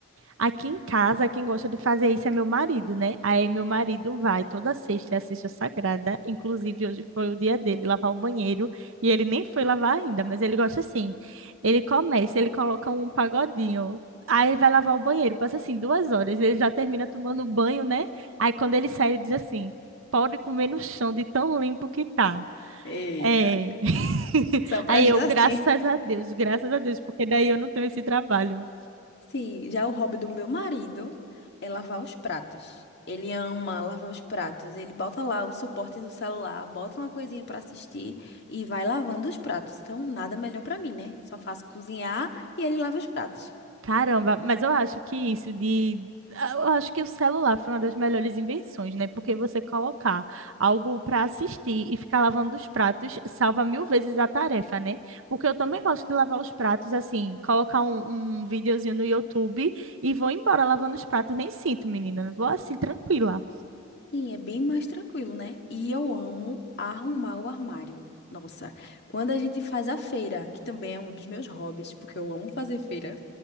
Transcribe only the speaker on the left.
Eita,
só pra
ajudar
sim.
Sim, já é o hobby do meu marido é lavar os pratos. Ele ama lavar os pratos. Ele bota lá o suporte do celular, bota uma coisinha pra assistir e vai lavando os pratos. Então, nada melhor pra mim, né? Só faço cozinhar e ele lava os pratos.
Sim, é bem mais tranquilo, né? E eu amo arrumar o armário. Nossa, quando a gente faz a feira, que também é um dos meus hobbies, porque eu amo fazer feira.